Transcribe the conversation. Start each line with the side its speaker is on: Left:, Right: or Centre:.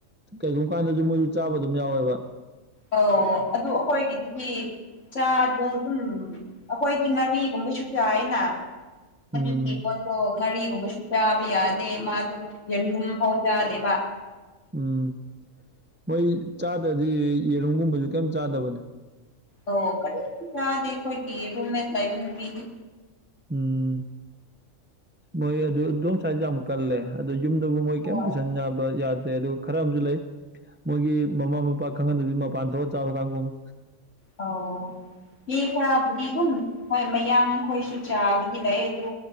Right: ꯀꯩꯒꯨꯝꯕ ꯀꯥꯟꯗꯁꯨ ꯃꯣꯏꯁꯨ ꯆꯥꯕ ꯑꯗꯨꯝ ꯌꯥꯎꯋꯦꯕ꯫
Left: ꯑꯧ ꯑꯗꯨ ꯑꯩꯈꯣꯏꯒꯤꯗꯨꯗꯤ꯫ ꯆꯥꯗ ꯑꯗꯨꯝ ꯑꯩꯈꯣꯏꯗꯤ ꯉꯥꯔꯤꯒꯨꯝꯕꯁꯨ ꯆꯥꯏꯅꯦꯅ
Right: ꯎꯝ
Left: ꯑꯗꯨꯒꯤ ꯃꯣꯏ__ ꯑꯗꯣ ꯉꯥꯔꯤꯒꯨꯝꯕꯁꯨ ꯆꯥꯕ ꯌꯥꯗꯦ ꯃꯥꯗꯣ ꯌꯦꯟꯔꯨꯝ ꯐꯥꯎ ꯆꯥꯗꯦꯕ꯫
Right: ꯎꯝ ꯃꯣꯏ ꯆꯥꯗ꯭ꯔꯗꯤ ꯌꯦꯟꯔꯨꯝꯒꯨꯝꯕꯁꯨ ꯀꯩꯝ ꯆꯥꯗꯕꯅꯤ꯫
Left: ꯑꯗꯣ ꯀꯔꯤꯝ ꯆꯥꯗꯦ ꯑꯩꯈꯣꯏꯒꯤ ꯔꯨꯝꯃꯦꯠ ꯂꯩꯕ ꯅꯨꯄꯤꯗꯤ꯫
Right: ꯎꯝ ꯃꯣꯏ ꯑꯗꯨ ꯑꯗꯣꯝ ꯁꯥꯏꯗ ꯌꯥꯝ ꯀꯜꯂꯦ ꯑꯗꯨ ꯌꯨꯝꯗꯕꯥꯎ ꯃꯣꯏ
Left: ꯍꯣꯏ
Right: ꯀꯩꯝ ꯄꯨꯁꯟꯕ ꯌꯥꯗꯦ ꯑꯗꯨ ꯈꯔ ꯑꯃꯁꯨ ꯂꯩ ꯃꯣꯏꯒꯤ ꯃꯃꯥ ꯃꯄꯥ ꯈꯪꯍꯟꯗꯕꯤ ꯃꯄꯥꯟ ꯊꯣꯛꯑ ꯆꯥꯕ ꯀꯥꯡꯕꯨ ꯑꯃ꯫
Left: ꯑꯧ꯫ ꯃꯤ ꯈꯔꯕꯨꯗꯤ ꯑꯗꯨꯝ ꯍꯣꯏ ꯃꯌꯥꯡꯈꯣꯏꯁꯨ ꯆꯥꯕꯗꯤ ꯂꯩꯌꯦ ꯑꯗꯨ꯫